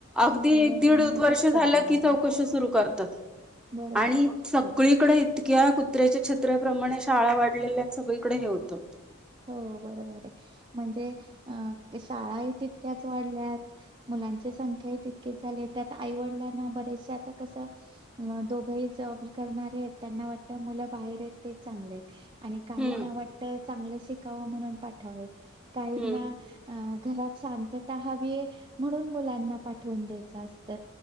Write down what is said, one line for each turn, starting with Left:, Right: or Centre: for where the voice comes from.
Centre: अगदी
Right: आईवडिलांमध्ये
Centre: एक दीड वर्ष
Right: स्पर्धा
Centre: झालं
Right: लागली
Centre: की चौकशी सुरू करतात.
Right: बरोबर
Centre: आणि सगळीकडे तक्या कुत्र्याच्या षेत्राप्रमाणे शाळा वाढलेल्या आणि सगळीकडे हे होतं.
Right: हो बरोबर आहे म्हणजे अ शाळाही तितक्याच वाढल्यात मुलांची संख्याही तितकीेच झाली त्यात आईवडिलांना बरेचसे आता कसं. अ दोघंही जॉब करणार आहेत त्यांना वाट मु बाहेर आहेत ते चांगले आहेत आणि काहीना
Centre: हम्म
Right: वाटत चग. शिकाव म्हणून पाठावे. काहींना
Centre: हम्म
Right: घरात शांतता हवी म्हणून मुलांना पाठ. ठून द्या असत